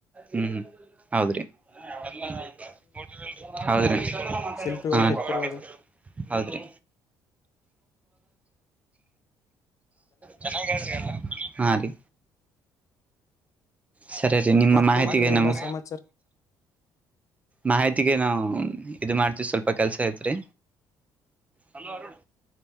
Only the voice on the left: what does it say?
ಶಿಲ್ಪಿಗಳು
ಕೆತ್ತಿರೋದು
ಮತ್ತೇನ್ರೀ
ಎಲ್ಲಾ
ಸಮಾಚಾರ